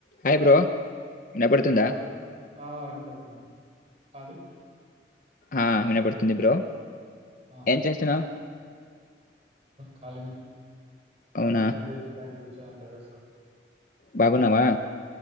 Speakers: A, on the left; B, on the right.
A: Hi bro వినపడుతుందా?
B: Hello అంకు అది
A: ఆ వినపడుతుంది బ్రో
B: ఆహా
A: ఏం చేస్తున్నావు?
B: ఖాలినె ప్పుడే
A: అవునా!
B: టిఫిన్ చేసి పైన కొచ్ చే అంటారస్లు
A: బాగున్నావా